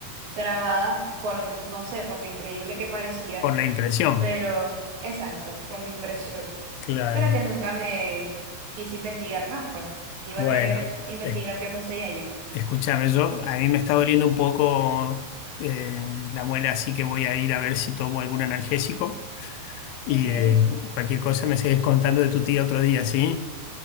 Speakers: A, on the right (about 60°); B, on the left (about 80°).
A: grabadas por, no sé, por lo increíble que parecía,
B: Por la impresión.
A: pero exacto, por la impresión.
B: Claro.
A: Pero que nunca me quise investigar más, pues. Iba
B: Bueno,
A: a querer investigar
B: es-
A: yo con seis años.
B: escúchame, yo, a mí me está doliendo un poco eh, la muela, así que voy a ir a ver si tomo algún analgésico y
A: Ok,
B: eh, cualquier cosa me seguís contando de tu tía otro día, ¿sí?